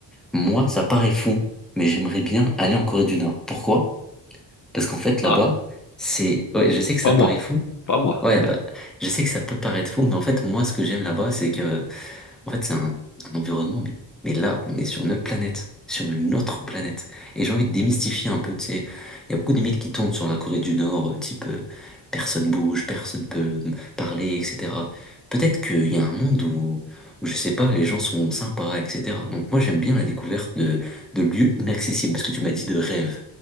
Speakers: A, in the centre; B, on the left.
A: Moi, ça paraît fou, mais j'aimerais bien aller en Corée du Nord. Pourquoi? Parce qu'en fait, là-bas,
B: Ah,
A: c'est... Ouais, je sais que ça
B: Pas
A: paraît
B: moi.
A: fou.
B: Pas moi.
A: Ouais, bah, je sais que ça peut paraître fou, mais en fait, moi, ce que j'aime là-bas, c'est que en fait, c'est un, un environnement, mais, mais là, on est sur une autre planète, sur une autre planète. Et j'ai envie de démystifier un peu, tu sais, il y a beaucoup de mythes qui tournent sur la Corée du Nord, euh, type euh, personne bouge, personne peut me parler, etc. Peut-être qu'il y a un monde où, où, je sais pas, les gens sont sympas, etc. Donc moi, j'aime bien la découverte de, de lieux inaccessibles, parce que tu m'as dit de rêve.